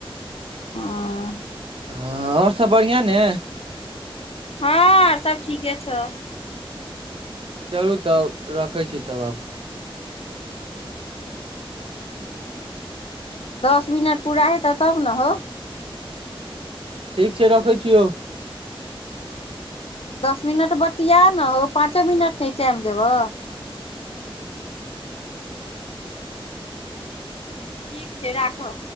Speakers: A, on the left; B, on the right.
A: हँ
B: हँ आओर सभ बढ़ियां ने
A: हँ सब ठीके छौ
B: चलू तब रखै छी तब आब ह <inaudible>
A: दस मिनट पूरा हेत तब ने हौ
B: ठीक छै रखै छियौ
A: दस मिनट बतिया ने हो पाँचो मिनट नहि टाइम देबह
B: बस ब <unintelligible>
A: ठीक छै राखह